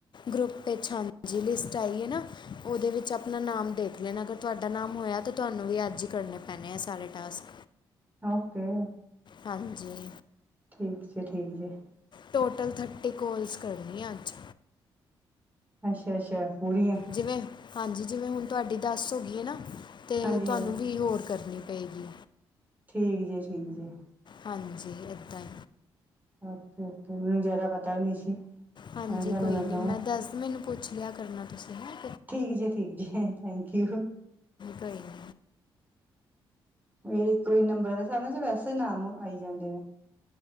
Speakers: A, on the left (about 45°); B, on the right (about 15°).
A: ਗਰੁੱਪ ਚ ਹਾਂਜੀ ਲਿਸਟ ਆਈ ਏ ਨਾ, ਓਦੇ ਵਿੱਚ ਅਪਨਾ ਨਾਮ ਦੇਖ ਲੇਨਾ, ਅਗਰ ਤੁਹਾਡਾ ਨਾਮ ਹੋਇਆ ਤੇ, ਤੁਹਾਨੂੰ ਵੀ ਅੱਜ ਕਰਨੇ ਪੈਨੇ ਆ ਸਾਰੇ ਟਾਸਕ।
B: ਓਕੇ।
A: ਹਾਂਜੀ।
B: ਠੀਕ ਜੀ, ਠੀਕ ਜੀ।
A: ਟੋਟਲ ਥਰਟੀ, ਕੋਲਸ ਕਰਨੀ ਐ ਅੱਜ।
B: ਅੱਛਾ- ਅੱਛਾ, ਪੂਰੀਆਂ
A: ਜਿਵੇਂ ਹਾਂਜੀ, ਜਿਵੇਂ ਹੁਣ ਤੁਹਾਡੀ ਦੱਸ ਹੋ ਗਈ ਐ ਨਾ ਤੇ,
B: ਹਾਂਜੀ
A: ਤੁਹਨੂੰ
B: ਹਾਂਜੀ
A: ਵੀਹ ਹੋਰ ਕਰਨੀ ਪਏਗੀ।
B: ਠੀਕ ਜੀ, ਠੀਕ ਜੀ।
A: ਹਾਂਜੀ, ਏਦਾਂ ਐ।
B: ਓਕੇ -ਓਕੇ, ਮੈਨੂੰ ਜਿਆਦਾ ਪਤਾ ਵੀ ਨੀ ਸੀ।
A: ਹਾਂਜੀ,
B: ਐਵੇਂ ਤੁਹਾਨੂੰ
A: ਕੋਈ ਨੀ,
B: ਕਵਾਂ
A: ਮੈਂ ਦੱਸ, ਮੈਨੂੰ ਪੁੱਛ ਲਿਆ ਕਰਨਾ ਤੁਸੀ, ਹੈਂ
B: ਠੀਕ ਜੀ -ਠੀਕ ਜੀ, ਥੈਂਕ ਯੂ।
A: ਕੋਈ ਨੀ।
B: ਵਈ ਕੋਈ ਨੰਬਰਾਂ ਦੇ ਹਿਸਾਬ ਨਾਲ, ਯਾ ਵੈਸੇ ਈ ਨਾਮ ਆਈ ਜਾਂਦੇ ਨੇ?